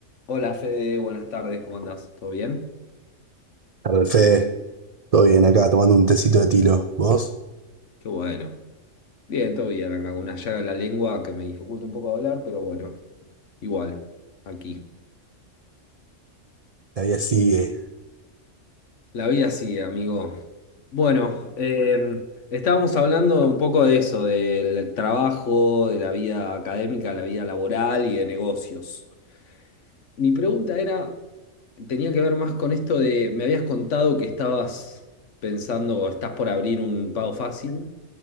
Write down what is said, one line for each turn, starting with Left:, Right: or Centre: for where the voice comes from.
Left: Hola Fede, buenas tardes, ¿cómo andás? ¿Todo bien?
Right: Tarde, Fede. Todo bien acá, tomando un tecito de tilo. ¿Vos?
Left: Qué bueno. Bien, todo bien, acá con una llaga en la lengua que me dificulta un poco hablar, pero bueno, igual, aquí.
Right: Todavía sigue.
Left: La vida sigue, amigo. Bueno, em, estábamos hablando un poco de eso, del trabajo, de la vida académica, la vida laboral y de negocios. Mi pregunta era, tenía que ver más con esto de, me habías contado que estabas pensando o estás por abrir un pago fácil.